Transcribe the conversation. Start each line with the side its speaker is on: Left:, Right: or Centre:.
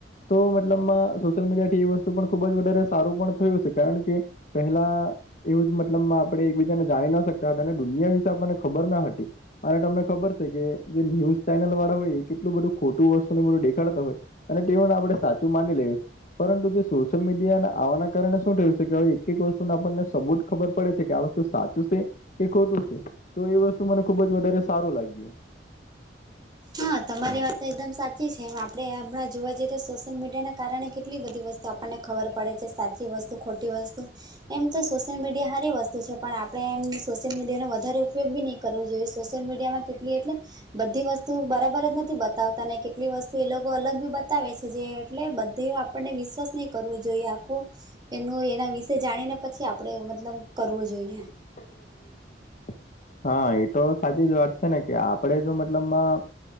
Left: તો મતલબમાં સોશિયલ મીડિયા થી એ વસ્તુ પણ ખુબ જ વધારે સારું પણ થયું છે કારણ કે પહેલા એવું જ મતલબમાં આપણે એકબીજાને જાણી ના શકતા હતા અને દુનિયા વિશે આપણને ખબર ના હતી અને તમને ખબર છે કે જે ન્યૂઝ ચેનલ વાળા હોય એ કેટલું બધું ખોટું વસ્તુને બધું દેખાડતા હોય અને તેઓને આપણે સાચું માની લઈએ પરંતુ જે શ સોશિયલ મીડિયા આવાના કારણે શું થયું છે કે હવે એક એક વસ્તુને આપણને સબૂત ખબર પડે છે કે આ વસ્તુ સાચું છે. કે ખોટું છે તો એ વસ્તુ મને ખુબ જ વધારે સારું લાગ્યુ
Right: હા તમારી વાત તો એકદમ સાચી છેમ આપડે હમણાં જોવા જઈએ તો સોશિયલ મીડિયા ના કારણે કેટલી બધી વસ્તુ તો આપણને ખબર પડે છે સાચી વસ્તુ ખોટી વસ્તુ એમ તો સોશિયલ મીડિયા સારી વસ્તુ છે પણ આપણે એમ સોશિયલ મીડિયાનો વધારે ઉપયોગ બી નહી કરવો જોઈએ સોશિયલ મીડિયામાં કેટલી એટલે બધી વસ્તુ બરાબર જ નથી બતાવતા ને કેટલીક વસ્તુ એ લોકો અલગ બી બતાવે છે જે એટલે બધી આપણને વિશ્વાસ નહીં કરવું જોઈએ આખું એનું એના વિશે જાણીને પછી આપડે મતલબ કરવો જોઈએ
Left: <inaudible> હા એતો સાચી જ વાત છે ને કે આપણે જો મતલબમાં